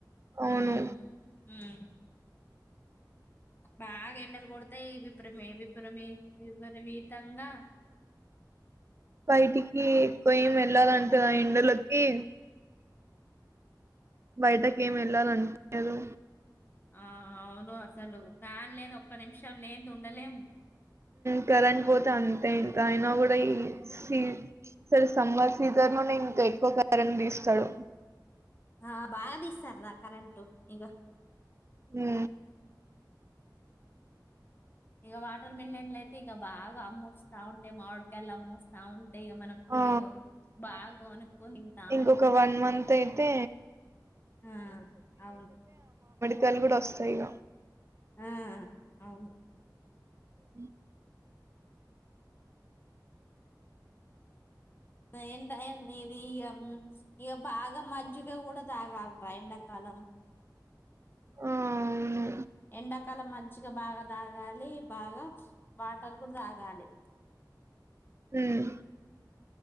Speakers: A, on the left; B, on the right.
A: మ్మ్
B: అవును.
A: మ్మ్ కా బాగా ఎండలు కొడతాయి విపు్రమ విపు్రమ విపరీతంగా
B: బయటికి ఎక్కువ ఏం వెళ్ళాలింటారా ఎండలోకి బయటకి ఏం వెళ్ళాలంటారు
A: ఆ అవును అసలు ఫ్యాన్ లేని ఒక్క నిమిషం లేని ఉండలేము
B: కరెంట్ పోతే అంతే ఇంకా అయినా కూడా ఈ సీ సరే సమ్మర్ సీజన్ లోనే ఇంకా ఎక్కువ కరెంట్ తీస్తాడు
A: ఆ బాగా తెస్తాడు రా కరెంంటు ఈగ
B: హ్మ
A: ఇక వాటర్ మిలన్లు అయితే ఇక బాగా అమ్ముస్తా ఉంటే మామిడికాయలు అమ్ముస్తా ఉంటా అ మనకి
B: ఆ!
A: బాగనుకుంటా
B: ఇంకొక
A: ఉంటాం
B: మంత్ అయితే
A: ఆ అవును
B: కాలు కూడా వస్తాయి ఇక
A: ఆ అవును
B: అ
A: ఎ ఇది ఇక ఇక బాగా మజ్జిగ కూడా తాగాలరా ఎండాకాలం
B: ఆ! అవును.
A: ఎండాకాల మజ్జగ బాగా తాగాలి బాగా వాటర్ కూడా తాగాలి
B: మ్మ్